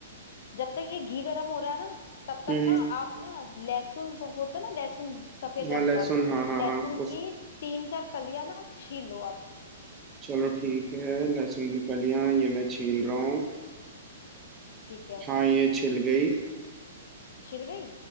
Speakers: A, on the left (about 60°); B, on the right (about 20°).
A: जब तक ये घी गरम हो रहा है ना तब तक
B: हम्म
A: ना आप ना लहसुन को होता है ना लहसुन सफेद
B: हाँ
A: रंग
B: लहसुन
A: का
B: हाँ हाँ
A: लहसुन
B: हाँ उस
A: की तीन चार कलियां ना छील लो आप
B: चलो ठीक है लहसुन की कलियां ये मैं छील रहा हूँ
A: ठीक है
B: हाँ ये छिल गई
A: छिल गई